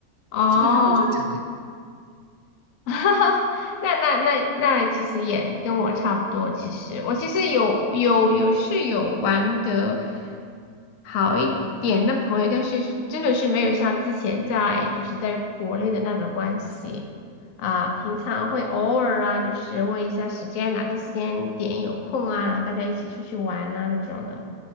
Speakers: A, on the left; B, on the right.
A: 哦。
B: 基本上我就只
A: <laughs> 哈哈，那那那那其实也跟我差不多。其实我其实有有有是有玩的好一点的朋友，但是是真的是没有像之前在就是在国内的那种关系啊。平常会偶尔啊，就是问一下时间，哪个时间点有空啊，然后大家一起出去玩啊那种的。